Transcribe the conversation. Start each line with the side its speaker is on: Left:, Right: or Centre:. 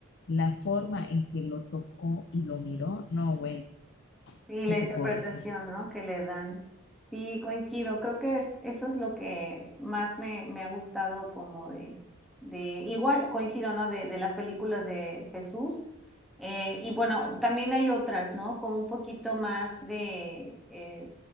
Left: la forma en que lo tocó y lo miró, no, bueno,
Centre: Sí, la
Left: ¿qué te
Centre: interpretación,
Left: puedo decir?
Centre: ¿no? Que le dan. Sí, coincido. Creo que es- eso es lo que más me, me ha gustado como de, de, igual coincido, ¿no? De, de las películas de Jesús. Eh, y bueno, también hay otras, ¿no? Como un poquito más de, eh,